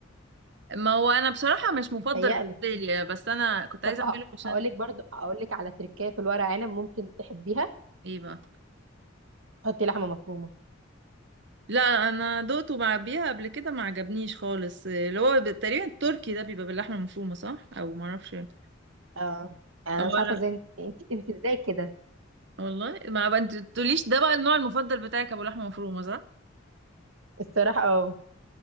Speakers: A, on the right (about 60°); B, on the right (about 85°).
A: ما هو انا بصراحة مش مفضل
B: متهيألي
A: بالنسبة لي بس انا كنت عايزة
B: طب
A: اعمله عشان
B: هقول لك برضو هقول لك على تركايه في الورق عنب ممكن تحبيها
A: ايه بقى
B: تحطي لحمه مفرومه
A: لا انا دقته مع بيها قبل كده ما عجبنيش خالص اللي هو تقريبا التركي ده بيبقى باللحمة المفرومة صح او معرفش اه
B: اه انا
A: لا
B: مش عارفه ازاي انت انت, انت ازاي كده
A: والله ما بقى انت تقوليش ده بقى النوع المفضل بتاعك ابو لحمه مفرومه صح
B: الصراحه اه